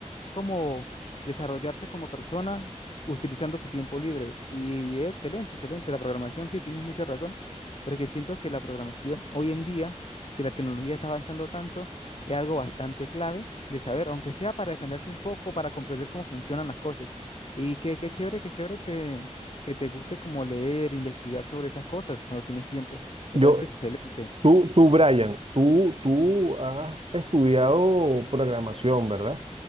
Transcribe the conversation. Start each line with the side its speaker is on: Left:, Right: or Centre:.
Left: como desarrollarse como persona utilizando su tiempo libre. Y es excelente, excelente. La programación, sí, tienes mucha razón, porque siento que la programación hoy en día, que la tecnología está avanzando tanto, es algo bastante clave de saber, aunque sea para defenderse un poco, para comprender cómo funcionan las cosas. Y qué, qué chévere, qué chévere que, que te guste como leer, investigar sobre esas cosas cuando tienes tiempo. Me
Right: Yo,
Left: parece excelente.
Right: Tú, tú, Brian, tú, tú has estudiado programación, ¿verdad?